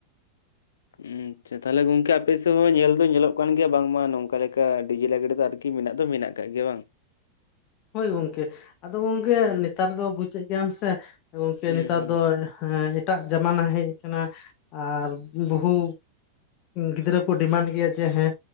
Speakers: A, on the left; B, on the left.
A: ᱦᱩᱸ, ᱟᱪᱪᱷᱟ ᱾ ᱛᱟᱦᱞᱮ ᱜᱚᱝᱠᱮ ᱟᱯᱮ ᱥᱮᱫ ᱦᱚᱸ ᱧᱮᱞ ᱫᱚ ᱧᱮᱞᱚᱜ ᱠᱟᱱ ᱜᱮᱭᱟ ᱵᱟᱝᱢᱟ ᱱᱚᱝᱠᱟ ᱞᱮᱠᱟ ᱰᱤᱡᱮ ᱞᱟᱸᱜᱽᱲᱮ ᱫᱚ ᱟᱨᱠᱤ ᱢᱮᱱᱟᱜ ᱫᱚ ᱢᱮᱱᱟᱜ ᱜᱮᱭᱟ ᱾ ᱛᱟᱹᱭ ᱜᱮ ᱵᱟᱝ?
B: ᱦᱳᱭ ᱜᱚᱝᱠᱮ ᱾ ᱟᱫᱚ ᱜᱚᱝᱠᱮ ᱱᱮᱛᱟᱨ ᱫᱚ ᱵᱩᱡᱮᱫ ᱜᱮᱭᱟᱢ ᱥᱮ, ᱜᱚᱝᱠᱮ
A: ᱦᱩᱸ
B: ᱱᱮᱛᱟᱨ
A: ᱦᱩᱸ
B: ᱫᱚ ᱦᱮᱸ ᱮᱴᱟᱜ ᱡᱟᱢᱟᱱᱟ ᱦᱮᱡ ᱟᱠᱟᱱᱟ ᱟᱨ ᱵᱚᱦᱩ ᱜᱤᱫᱽᱨᱟᱹ ᱠᱚ ᱰᱤᱢᱟᱱᱰ ᱜᱮᱭᱟ ᱡᱮ ᱦᱮᱸ